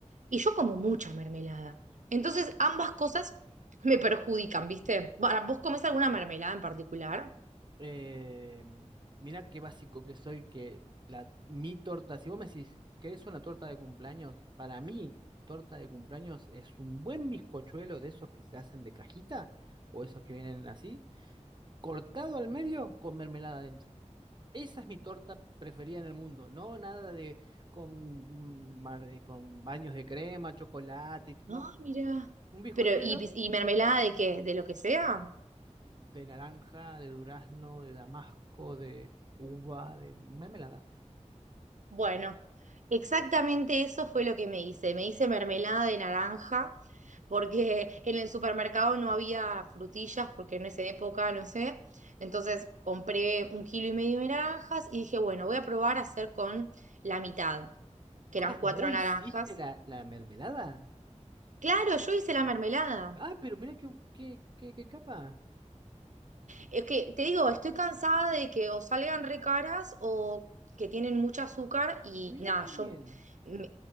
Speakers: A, on the right; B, on the right.
A: Y yo como mucha mermelada. Entonces,
B: Mira.
A: ambas cosas me perjudican, ¿viste? Bueno, ¿vos comés alguna mermelada en particular?
B: Eh, mira qué básico que soy, que la, mi torta, si vos me decís, ¿querés una torta de cumpleaños? Para mí, torta de cumpleaños es un buen bizcochuelo de esos que se hacen de cajita o esos que vienen así, cortado al medio con mermelada adentro. Esa es mi torta preferida en el mundo, no nada de con, mm, mar- eh, con baños de crema, chocolate, y t-
A: No,
B: no.
A: mira.
B: Un bizcochuelo
A: Pero, ¿y, pis- y mermelada de qué? ¿De lo que sea?
B: de naranja, de durazno, de damasco, de uva, de mermelada.
A: Bueno, exactamente eso fue lo que me hice. Me hice mermelada de naranja porque en el supermercado no había frutillas porque en esa época, no sé. Entonces compré un kilo y medio de naranjas y dije, bueno, voy a probar a hacer con la mitad, que eran
B: Ah,
A: cuatro
B: vos hiciste
A: naranjas.
B: la, la mermelada.
A: Claro, yo hice la mermelada.
B: Ah, pero mira qué, qué, qué, qué capa.
A: Es que te digo, estoy cansada de que o salgan re caras o que tienen mucho azúcar y
B: Mira
A: nada,
B: qué bien.
A: yo me,